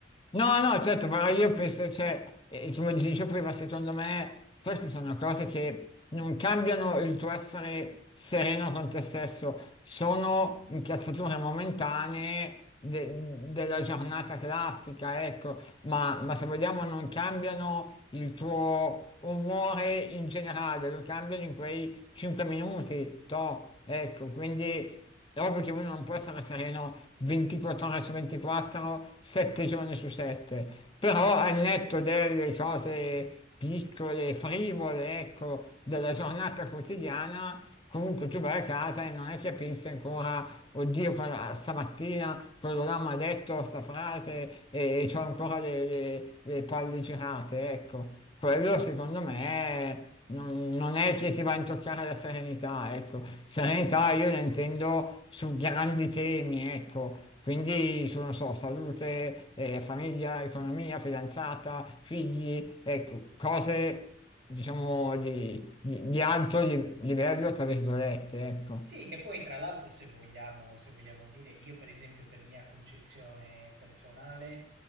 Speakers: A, on the left; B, on the right.
A: No, no, certo, però io penso, cioè, eh, come ti dicevo prima, secondo me queste sono cose che non cambiano il tuo essere sereno con te stesso, sono incazzature momentanee de- della giornata classica, ecco, ma, ma se vogliamo non cambiano il tuo umore in generale, lo cambiano in quei 5 minuti, toh, ecco, quindi è ovvio che uno non può essere sereno 24 ore su 24, 7 giorni su 7, però al netto delle cose piccole, frivole, ecco, della giornata quotidiana, comunque tu vai a casa e non è che pensi ancora, oddio, quella- stamattina quello là mi ha detto sta frase e, ho ancora le, le le palle girate, ecco. Quello secondo me non, non è che ti va a intoccare la serenità, ecco. Serenità io la intendo su grandi temi, ecco. Quindi su, non so, salute, eh, famiglia, economia, fidanzata, figli, ecco, cose, diciamo, di, di- di alto li- livello, tra virgolette, ecco.
B: Sì, che poi tra l'altro se vogliamo, se vogliamo dire, io per esempio per mia concezione personale,